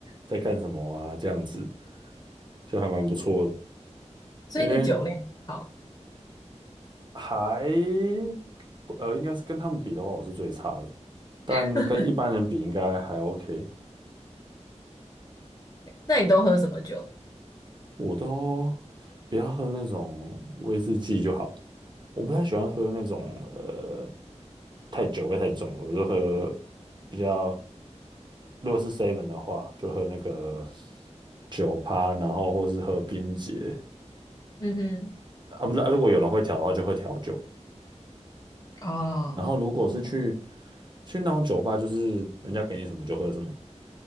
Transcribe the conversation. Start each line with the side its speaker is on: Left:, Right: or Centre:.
Right: 在干什么啊？这样子就还蛮不错的，
Left: 所以你酒量好，
Right: 因为还呃应该是跟他们比的话，我是最差的，但跟一般人比应该还
Left: <laughs>
Right: OK。
Left: 那你都喝什么酒？
Right: 我都不要喝那种威士忌就好，我不太喜欢喝那种呃太酒味太重了，我就喝比较如果是 seven 的话，就喝那个酒趴，然后或是喝冰杰
Left: 嗯
Right: 啊，不是，啊如果有人会调的话，就会调酒。
Left: 哼，哦，
Right: 然后如果是去去那种酒吧，就是人家给你什么就喝什么，